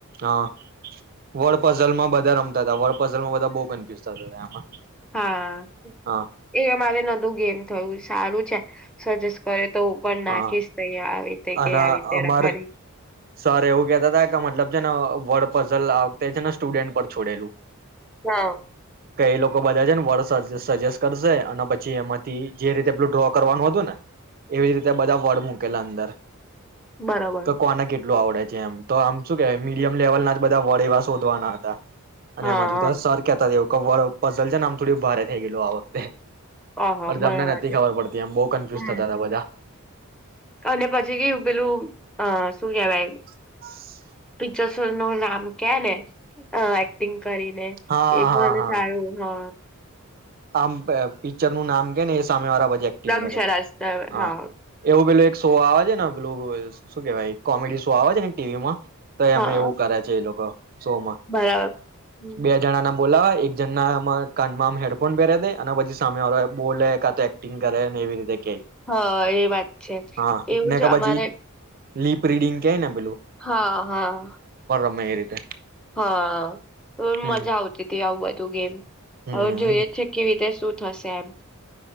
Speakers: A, on the right; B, in the centre.
A: હા વડપઝલ માં બધા રમતા હતા વડપઝલમાં બધા બહ કન્ફ્યુઝ થતા હતા એમાં.
B: હા
A: હા
B: એ અમારે નું ગેમ થયું સારું છે. સજેસ્ટ કરે. તો હું પણ નાખીશ
A: હા
B: તહં આવી. તે ક
A: અને
B: આવી રીતે
A: અમાર
B: રાખાયલી.
A: સર એવું કેહેતા હતા કે મતલબ છે ને વડપઝલ આવતા છે ને સ્ટુડન્ટ પર છોડેલું.
B: હા.
A: કઈ લોકો બધા છે ને વર્ડ સજેસ્ટ કરશે અને પછી એમાંથી જે રીતે પલું ડ્રો કરવાનું હતું ને એવી જ રીતે બધા વર્ડ મૂકેલા અંદર.
B: બરાબર.
A: કોના કેટલું આવડે છે એમ. તો આમ શું કે મીડયમ લેવલ ના. બધા વડેવા શોધવાના હતા. અને
B: હા
A: એમાં જ
B: હા
A: તો સર કતા જેવું. ક પઝલ છેને આમ થોડી ભારે થઈ ગયલું આ વખતે.
B: ઓહો
A: અરેજ
B: બરાબર
A: અમને નથી
B: છે
A: ખબર પડતી એમ બહુ કન્ફ્યુઝ
B: હમ
A: થતા હતા બધા.
B: અને પછી કેું પેલું અ શું કેવાય.
A: <unintelligible>
B: પિક્ચર્સ નું નામ ક્યા ને એક્ટિંગ. કરીને
A: હા
B: એ પણ
A: હા હા
B: સારું હ. <inaudible>
A: આમ પિક્ચર નું નામ કે ને સામે વાળા એક્ટિંગ
B: દમશરાસ
A: કરે
B: બરાબર.
A: <inaudible> હ
B: હા
A: એવું પેલું શો આવે છે ને બ્લુ શું કેવાય કોમેડી શો આવે છે ને ટીવી માં તો
B: હા
A: એમાં એવું કરે છે એ લોકો સો માં
B: બરાબર હમ.
A: બે જણા ના બોલાવાય એક જમાં કાનમા હેડ પણ પહેરે દે અને પછી સામે વા બોલે કા તો એક્ટિંગ કરે ને એવી રીતે કે
B: હા એ વાત છે
A: હા
B: એવું
A: ને
B: જ
A: કે પછી
B: અમારે
A: લીપ રીડિંગ કે નેમ
B: હા-હા.
A: અમે એ રીતે
B: હા
A: હમ
B: મજા આવતી હતી આવું બધું ગેમ
A: હમ
B: હવે જોઈ છે. કેવી રીતે શું થશે એમ